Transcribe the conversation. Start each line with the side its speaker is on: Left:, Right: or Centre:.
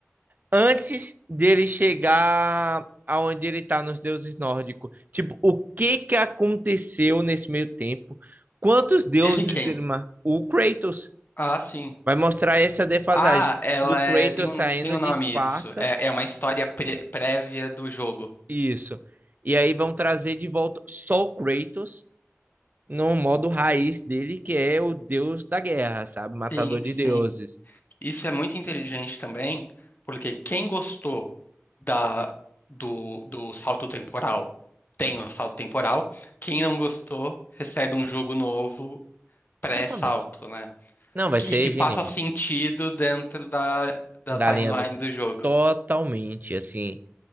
Right: antes dele chegar aonde ele tá nos deuses nórdicos. Tipo, o que que aconteceu nesse meio tempo? Quantos deuses
Left: Ele quem?
Right: ele marcou? O Kratos
Left: Ah, sim.
Right: vai mostrar essa defasagem
Left: Ah, ela
Right: do
Left: é,
Right: Kratos
Left: tem um,
Right: saindo
Left: tem um
Right: de
Left: nome
Right: Esparta.
Left: isso. É, é uma história pré- prévia do jogo.
Right: Isso. E aí vão trazer de volta só o Kratos no modo raiz dele, que é o deus da guerra, sabe? Matador
Left: Sim,
Right: de
Left: sim.
Right: deuses.
Left: Isso é muito inteligente também, porque quem gostou da, do, do salto temporal tem o salto temporal. Quem não gostou recebe um jogo novo pré-salto,
Right: Totalmente.
Left: né?
Right: Não, vai
Left: Que-
Right: ser
Left: E que faça
Right: genial.
Left: sentido dentro da, da
Right: Galinha
Left: timeline
Right: do...
Left: do jogo.
Right: Totalmente, assim.